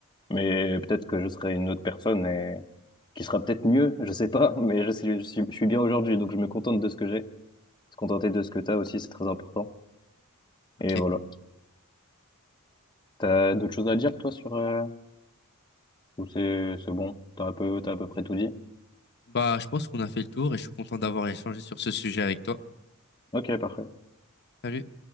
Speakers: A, on the left (about 20°); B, on the left (about 50°).
A: Mais peut-être que je serais une autre personne et qui sera peut-être mieux, <laughs> je sais pas. Mais je sais, je suis, je suis bien aujourd'hui, donc je me contente de ce que j'ai. Se contenter de ce que t'as aussi, c'est très important.
B: ok.
A: Et voilà. T'as d'autres choses à dire, toi, sur, euh, ou c'est, c'est bon? T'as un peu, t'as à peu près tout dit?
B: Bah, je pense qu'on a fait le tour et je suis content d'avoir échangé sur ce sujet avec toi.
A: Ok, parfait.
B: Salut.